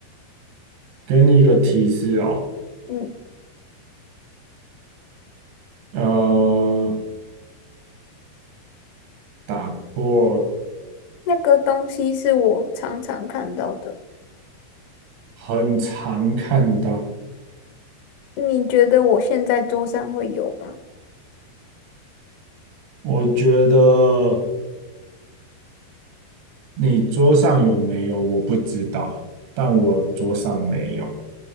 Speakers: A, on the right; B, on the left.
A: 给你一个提示哦。
B: 嗯，
A: 呃，打破
B: 那个东西是我常常看到的，
A: 很常看到。
B: 你觉得我现在桌上会有吗？
A: 我觉得你桌上有没有我不知道，但我桌上没有。